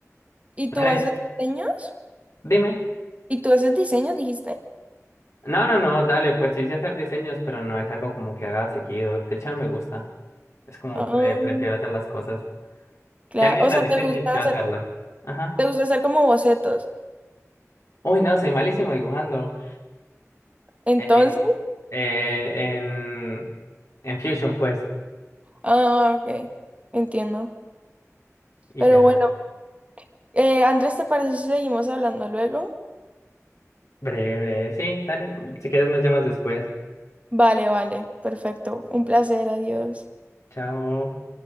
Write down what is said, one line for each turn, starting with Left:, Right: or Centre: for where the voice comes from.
Right: ¿Y
Left: Dale,
Right: tú haces diseños?
Left: dime.
Right: ¿Y tú haces diseños, dijiste?
Left: No, no, no, dale, pues sí sé hacer diseños, pero no es algo como que haga seguido. De hecho, no me gusta. Es como
Right: Ah,
Left: pre- prefiero hacer las cosas.
Right: claro.
Left: Que alguien
Right: O
Left: las
Right: sea,
Left: diseñe
Right: te gusta
Left: y yo
Right: hacer,
Left: hacerlas. Ajá.
Right: te gusta hacer como bocetos.
Left: Uy, no, soy malísimo dibujando.
Right: Entonces,
Left: Eh, eh, en, en Fusion, pues.
Right: ah, ok, entiendo.
Left: Y
Right: Pero
Left: ya.
Right: bueno, eh, Andrés, ¿te parece si seguimos hablando luego?
Left: Breve, breve. Sí, dale. Si quieres me llamas después.
Right: Vale, vale, perfecto. Un placer, adiós.
Left: Chao.